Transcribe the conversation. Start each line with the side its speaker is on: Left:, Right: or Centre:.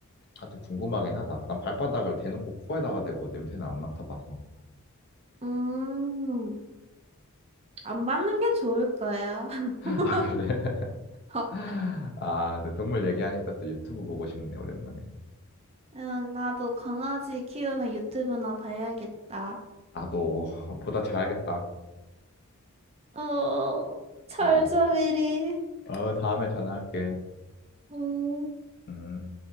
Left: 아, 튼 궁금하긴 하다. 난 발바닥을 대놓고 코에다가 대고 냄새는 안 맡아봐서.
Right: 음, 안 받는 게 좋을 거야. <laughs>
Left: <laughs> 아, 그래? <laughs>
Right: 어,
Left: 아, 근데 동물 얘기하니까 또 유튜브 보고 싶네, 오랜만에.
Right: 응, 나도 강아지 키우는 유튜브나 봐야겠다.
Left: 나도 보다 자야겠다.
Right: 어, 철저미리.
Left: 어, 어, 다음에 전화할게.
Right: 음.
Left: 음.